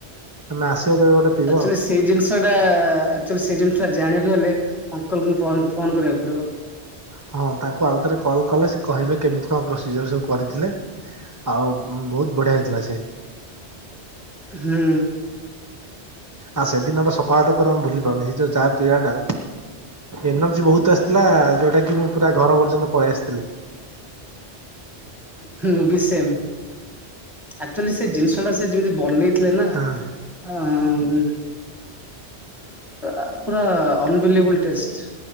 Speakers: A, on the right; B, in the centre.
A: ଆମେ ଆସିବ କେବେ ଗୋଟେ ପିଇବ।
B: ଆଚୁଆଲି ସେଇ ଜିନିଷ ଟା ଆଚୁଆଲି ସେଇ ଜିନିଷ ଟା ଜାଣିଆକୁ ହେଲେ ଅଙ୍କଲ କୁ ଫନ୍ ଫୋନ୍ କରିବାକୁ ପଡ଼ିବ।
A: ହଁ ତାଙ୍କୁ ଆଉ ଥରେ କଲ୍ କଲେ ସେ କହିବେ କେମିତି କଣ ପ୍ରୋସିଜର ସବୁ କରିଥିଲେ। ଆଉ ଭୁ ବହୁତ ବଢିଆ ହେଇଥିଲା ସେ
B: ହୁଁ।
A: ଆ ସେ ଦିନର ସକାଳ ଟା ପୂରା ଆମେ ଭୁଲି ପାରୁନି ଏଇ ଯୋଉ ଚା ପିଆ ଟା। ଏନର୍ଜି ବହୁତ ଆସିଥିଲା ଯୋଉଟା କି ମୁଁ ପୁରା ଘର ପର୍ଯ୍ୟନ୍ତ ପଳେଇ ଆସିଥିଲି।
B: ମୁଁ ବି ସେମ୍ ଆକ୍ଚୁଆଲି ସେ ଜିନିଷ ଟା ସେ ଯେମିତି ବନେଇ ଥିଲା ନା
A: ହଁ।
B: ଆଁ ରା ଆ ପୁରା ଅନବିଲବଲ ଟେଷ୍ଟ।